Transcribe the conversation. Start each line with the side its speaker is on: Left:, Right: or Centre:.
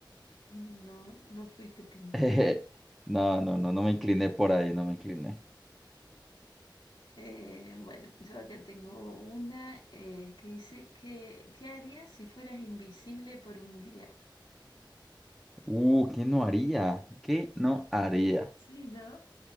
Left: No, no fuiste pintor.
Centre: <laughs> No, no, no, no me incliné por ahí, no me incliné.
Left: Eh, bueno, yo acá tengo una eh, que dice que ¿qué harías si fueras invisible por un día?
Centre: Uh, ¿qué no haría? ¿Qué no haría?
Left: Sí, ¿no?